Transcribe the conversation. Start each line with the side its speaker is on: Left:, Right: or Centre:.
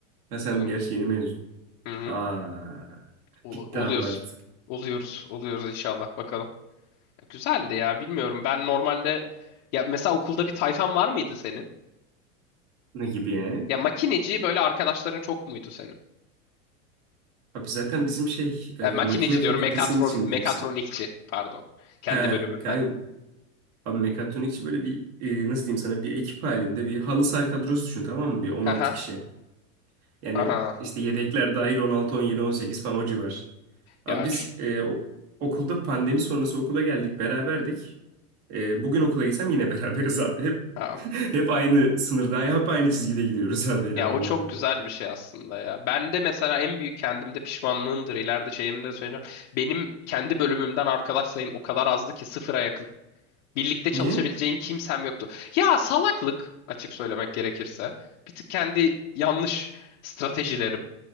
Right: Ha, sen
Left: Canım.
Right: gerçi yeni mezun.
Left: Hı
Right: Aa,
Left: hı. Ol-
Right: bitti
Left: Oluyoruz.
Right: abi artık.
Left: Oluyoruz. Oluyoruz inşallah. Bakalım. Güzeldi ya. Bilmiyorum. Ben normalde ya mesela okulda bir tayfan var mıydı senin?
Right: Ne gibi yani?
Left: Ya makineci böyle arkadaşların çok muydu senin?
Right: Abi zaten bizim şey e,
Left: Ya makineci
Right: makine fakültesinin
Left: diyorum. Mekatron
Right: içinde
Left: mekatronikçi
Right: hepsi.
Left: pardon. Kendi
Right: He
Left: bölümünden.
Right: kanka abi mekatronikçi böyle bir e, nasıl diyeyim sana bir ekip halinde bir halı saha kadrosu düşün tamam mı? Bir on
Left: Haha.
Right: altı kişi. Yani
Left: Aha.
Right: işte yedekler dahil on on altı on yedi on sekiz falan o civar. Abi
Left: Ya
Right: biz
Left: ç-
Right: e, o- okulda pandemi sonrası okula geldik beraberdik. E, bugün okula gitsem yine <laughs> beraberiz abi. Hep
Left: abi.
Right: <laughs> hep aynı sınırda hep aynı çizgide gidiyoruz abi elemanlarla.
Left: Ya o çok güzel bir şey aslında ya. Ben de mesela en büyük kendimde pişmanlığımdır. İleride şeyimde de söyleyeceğim. Benim kendi bölümümden arkadaş sayım o kadar azdı ki sıfıra yakın. Birlikte çalışabileceğim
Right: Niye?
Left: kimsem yoktu. Ya salaklık açık söylemek gerekirse. Bir tık kendi yanlış stratejilerim.